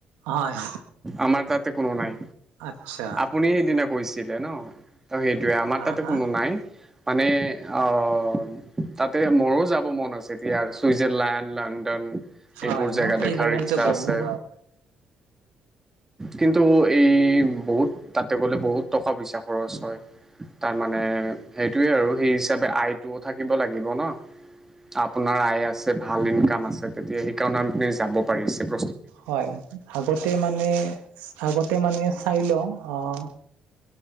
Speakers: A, on the right; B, on the right.
A: হয়
B: আমাৰ তাতে কোনো নাই।
A: আচ্ছা
B: আপুনি সেইদিনা কৈছিলে ন? ত' সেইটোৱে আমাৰ
A: হা
B: তাতে
A: হা
B: কোনো নাই মানে অ' তাতে মোৰো যাব মন আছে দিয়া চুইজাৰলেণ্ড, লণ্ডন। এইবোৰ
A: হয়
B: জেগা
A: মোৰ ছুইজাৰলেণ্ডটো
B: দেখাৰ ইচ্ছা
A: বহুত
B: আছে। কিন্তু এই বহুত তাতে গ'লে বহুত টকা পইচা খৰচ হয়। তাৰ মানে সেইটোয়ে আৰু সেই হিচাপে আয়টোও থাকিব লাগিব ন? আপোনাৰ আয় আছে, ভাল ইনকাম আছে। তেতিয়া সেইকাৰণে আপুনি যাব পাৰিছে, প
A: হয় আগতে মানে আগতে মানে চাই লওঁ আহ